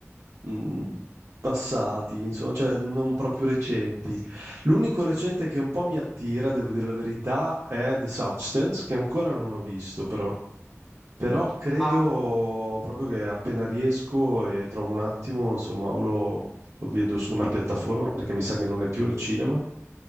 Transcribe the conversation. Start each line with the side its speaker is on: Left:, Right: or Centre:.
Right: mh,
Centre: mhm,
Right: passati, insomma, cioè non proprio recenti. L'unico recente che un po' mi attira, devo dire la verità, è The Substance, che ancora non ho visto, però. Però
Centre: sì.
Right: credo
Centre: Ah,
Right: proprio che appena riesco e trovo un attimo, insomma, o lo, lo vedo su una piattaforma perché mi sa che non è più al cinema,